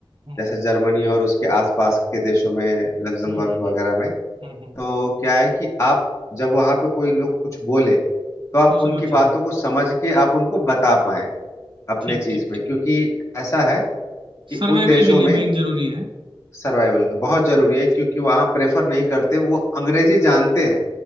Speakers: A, on the right; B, on the left.
A: हम्म
B: जैसे जर्मनी और उसके आसपास के देशों में लग्जमबर्ग
A: हम्म हम्म
B: वगैरह
A: हम्म
B: में
A: हम्म,
B: तो
A: हम्म।
B: क्या है कि आप जब वहाँ पे कोई लोग कुछ बोले तो आप
A: तो समझ
B: उनकी
A: जाओ
B: बातों को समझ के आप उनको बता पाएं अपने
A: ठीक
B: चीज
A: ठीक
B: में
A: ठीक
B: क्योंकि ऐसा है कि
A: सर्वाइवल
B: उन देशों
A: के लिए
B: में
A: मेन जरूरी है
B: सर्वाइवल बहुत जरूरी है क्योंकि वहाँ प्रेफर नहीं करते वो अंग्रेजी जानते हैं